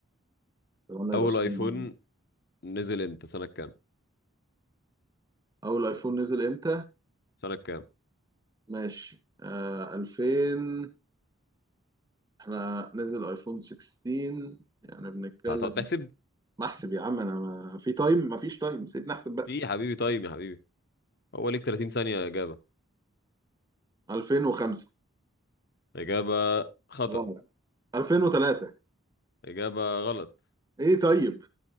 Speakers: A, on the right; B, on the left.
A: قلنا يبقى
B: اول
A: سؤال
B: ايفون نزل امتى سنه كام
A: اول ايفون نزل امتى
B: سنه كام
A: ماشي آه 2000 احنا نزل ايفون 16 يعني بنتكلم
B: هتقعد تحسب
A: ما احسب يا عم انا ما في تايم ما فيش تايم سيبني احسب بقى
B: في إيه يا حبيبي تايم يا حبيبي هو ليك 30 ثانيه اجابه
A: 2005
B: اجابه خطا
A: غلط 2003
B: اجابه غلط
A: ايه طيب